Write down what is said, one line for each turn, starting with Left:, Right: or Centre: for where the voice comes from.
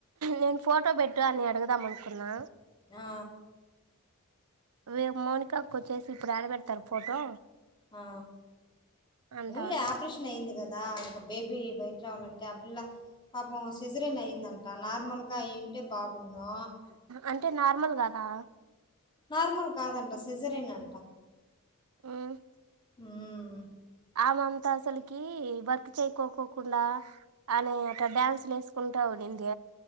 Right: నేను ఫోటో బెట్టు అని అడుగుదాం అనుకున్నా
Left: ఆ
Right: వేప్ మొనికా అక్క వచ్చేసి ఇప్పుడు యాడ పేడతారు ఫోటో
Left: ఆ
Right: అంటా
Left: ఊన్లే
Right: ఉంది
Left: ఆపరేషన్ అయింది గద దా బేబీ బయట రావాలంటే పిల్ల పాపం సిజిరిన్ అయిందంటా నార్మల్గా అయింటే బాగున్ను
Right: అంటే నార్మల్ గాదా
Left: నార్మల్ కాదంట సిజరిన్ అంట
Right: హ్మ్మ్
Left: ఉమ్మ్
Right: ఆమంతా అసలికి వర్క్ చేయకోకోకుండా అనే అట్లా డాన్స్ లు వేసుకుంటా ఉండింది